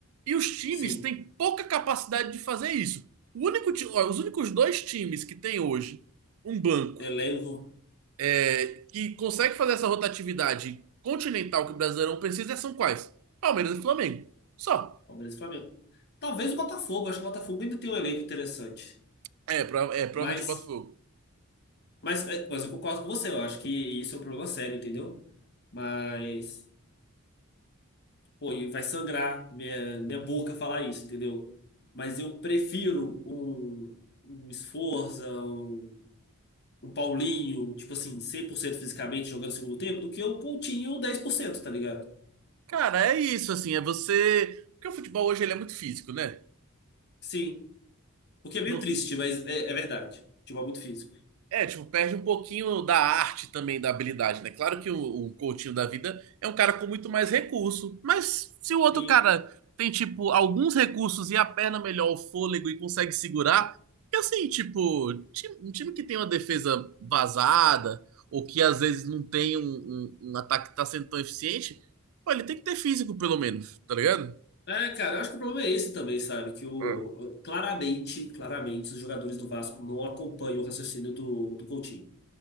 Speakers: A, on the right; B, on the left.
A: e os times
B: Sim.
A: têm pouca capacidade de fazer isso. O único, ti- ó, os únicos dois times que tem hoje um banco
B: Elenco.
A: é, que consegue fazer essa rotatividade continental que o Brasileirão precisa são quais? Palmeiras e Flamengo. Só.
B: Palmeiras e Flamengo. Talvez o Botafogo, acho que o Botafogo ainda tem um elenco interessante.
A: É, prova- é provavelmente
B: Mas,
A: o Botafogo.
B: mas, é, mas eu concordo com você, eu acho que isso é um problema sério, entendeu? Mas, pô, e vai sangrar minha, minha boca falar isso, entendeu? Mas eu prefiro um, um Sforza, um, um Paulinho, tipo assim, 100% fisicamente jogando no segundo tempo, do que um Coutinho 10% tá ligado?
A: Cara, é isso, assim, é você. Porque o futebol hoje ele é muito físico, né?
B: Sim. O que é meio
A: No-
B: triste, mas é, é verdade. Futebol é muito físico.
A: É, tipo, perde um pouquinho da arte também, da habilidade, né? Claro que o, o Coutinho da vida é um cara com muito mais recurso, mas se o outro
B: Sim,
A: cara tem, tipo, alguns recursos e a perna melhor, o fôlego e consegue segurar, que assim, tipo, ti- um time que tem uma defesa vazada, ou que às vezes não tem um, um- um ataque que tá sendo tão eficiente, pô, ele tem que ter físico, pelo menos, tá ligado?
B: É, cara, eu acho que o problema é esse também, sabe? Que o,
A: Hum.
B: claramente, claramente, os jogadores do Vasco não acompanham o raciocínio do, do Coutinho.